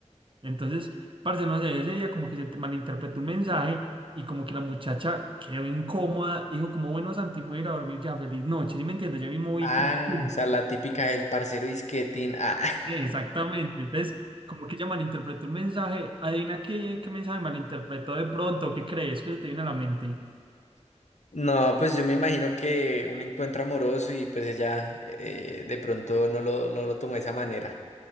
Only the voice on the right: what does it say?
Entonces, parce, no sé, ese día como que se ent- malinterpretó el mensaje y como que la muchacha quedó incómoda, dijo como, bueno, Santi, me voy a ir a dormir ya, feliz noche, ¿sí me entiendes? Yo me moví
como, "Mm".
exactamente, entonces como que ella malinterpretó el mensaje, adivina qué, qué mensaje malinterpretó de pronto, ¿qué crees que se te viene a la mente?